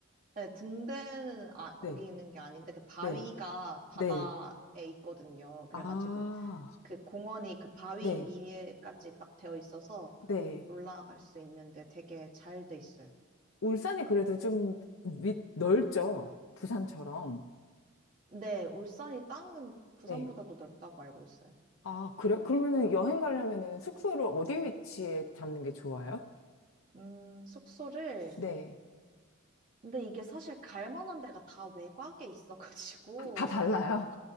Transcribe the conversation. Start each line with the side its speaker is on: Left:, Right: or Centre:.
Right: 네, 등대는 아, 거기
Left: 네,
Right: 있는 게 아닌데, 그 바위가
Left: 네,
Right: 바다에
Left: 네.
Right: 있거든요. 그래가지고
Left: 아,
Right: 그 공원이 그 바위
Left: 네,
Right: 위에까지 딱 되어 있어서
Left: 네.
Right: 올라갈 수 있는데 되게 잘 돼 있어요.
Left: 울산이 그래도 좀 위, 넓죠? 부산처럼.
Right: 네, 울산이 땅은 부산보다도
Left: 네.
Right: 넓다고 알고 있어요.
Left: 아, 그래? 그러면은 여행 가려면은 숙소를 어디 위치에 잡는 게 좋아요?
Right: 음, 숙소를.
Left: 네.
Right: 근데 이게 사실 갈 만한 데가 다 외곽에 있어가지고,
Left: 다 달라요?